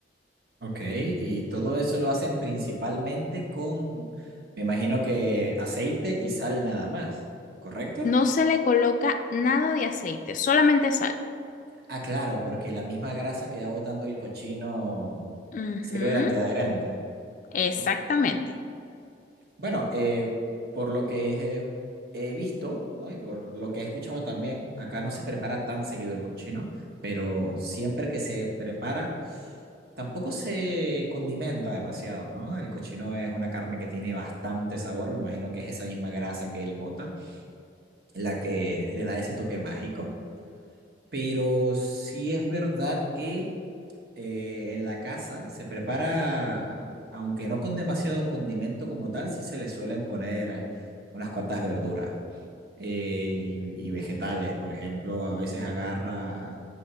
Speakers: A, on the right; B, on the left.
A: ok, y todo eso lo hacen principalmente con, me imagino que aceite y sal nada más, ¿correcto?
B: No se le coloca nada de aceite, solamente sal.
A: Ah, claro, porque la misma grasa que va botando el cochino
B: Ujú,
A: sirve de antiadherente.
B: exactamente.
A: Ok. Bueno, eh, por lo que he, he visto, ¿no? Y por lo que he escuchado también, acá no se prepara tan seguido el cochino, pero siempre que se prepara, tampoco se condimenta demasiado, ¿no? El cochino es una carne que tiene bastante sabor, me imagino que es esa misma grasa que él bota, la que le da ese toque mágico, pero sí es verdad que eh, en la casa se prepara, aunque no con demasiado condimento como tal, sí se le suelen poner eh, unas cuantas verduras eh, y, y vegetales, por ejemplo, a veces agarra